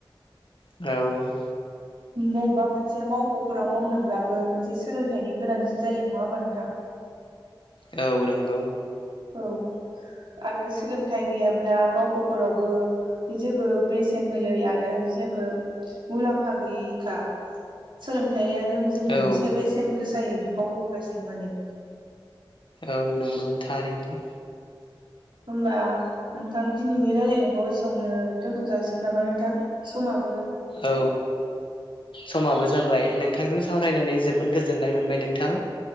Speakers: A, on the left (about 80°); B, on the right (about 70°).
A: औ।
B: बबेबा मोनसे मावख'फोराव मावनोब्लाबो मोनसे सोलोंथाइनि गोनांथि जायो नङा होमबा नोंथां? <inaudible>
A: औ नों
B: औ आरो सोलोंथाइ गैयाब्ला मावख'फोरावबो जेबो बेसेन होयै आरो जेबो मुलाम्फा गैयैखा। सोलोंथाइया जों जोंनि
A: औ
B: मोनसे बेसेन गोसायै बिफाव होबोगासिनो माने
A: औ नंगौ थारैनो
B: होमबा नोंथां दिनैनि रायलायनायखौ एसेआवनो दोनथ' जासिगोन नामा नोंथां समा
A: औ समाबो जाबाय नोंथां नोंथांजों सावरायनानै जोबोद गोजोननाय मोनबाय नोंथां